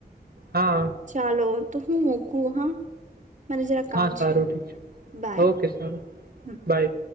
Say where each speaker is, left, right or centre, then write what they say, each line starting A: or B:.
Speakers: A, on the right; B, on the right.
A: હા,
B: ચાલો તો હું મોક કુ હા મને જરા કામ
A: હા સારું
B: છે
A: ઠીક
B: બાય.
A: ઓકે
B: હ
A: બાય.